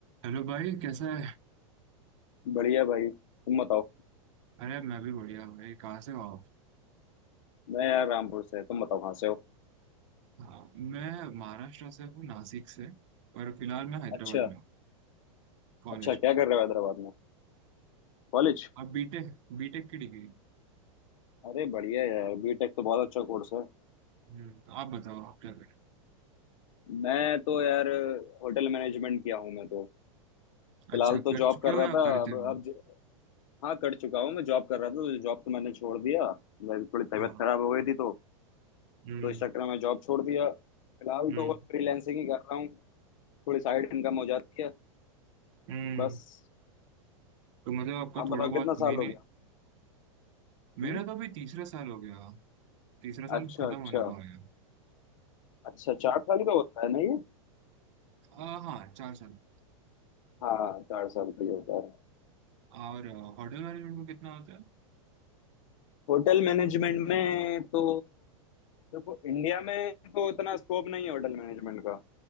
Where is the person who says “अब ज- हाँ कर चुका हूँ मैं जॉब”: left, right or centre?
Left